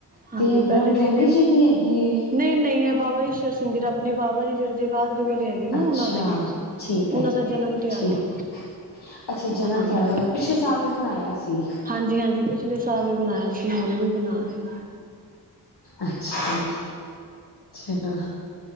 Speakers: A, on the right (about 20°); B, on the left (about 80°).
A: ਹਾਂਜੀ,
B: ਤੇ ਇਹ ਬ੍ਰਹਮ
A: ਪਹਿਲੇ
B: ਗਿਆਨੀ
A: ਦਿਨ ਏ
B: ਜੀ ਦੀ ਹੈਗੀ ਏ
A: ਨਹੀਂ-ਨਹੀਂ, ਏ ਬਾਬਾ ਈਸ਼ਰ ਸਿੰਘ ਜੀ ਜੋ ਆਪਣੇ ਬਾਬਾ ਜੀ ਜਿਹੜੇ ਜਗਾਦਰੀ ਵਾਲੇ ਨਾ
B: ਅੱਛਾ
A: ਉਹਨਾਂ ਦੇ ਵਿੱਚ
B: ਠੀਕ
A: ਉਹਨਾਂ
B: ਹੈ
A: ਦਾ ਜਨਮ ਦਿਹਾੜਾ।
B: ਠੀਕ ਅੱਛਾ ਜਨਮ
A: ਮਨਾਂਦੇ
B: ਦਿਹਾੜਾ ਉੰਨਾ ਦਾ, ਪਿਛਲੇ ਸਾਲ ਵੀ ਬਣਾਇਆ ਸੀ।
A: ਹਾਂਜੀ -ਹਾਂਜੀ, ਪਿਛਲੇ ਸਾਲ ਵੀ ਬਣਾਇਆ ਸੀ, ਹੁਣ ਵੀ ਬਣਾ ਰਹੇ ਨੇ।
B: ਅੱਛਾ, ਚਲੋ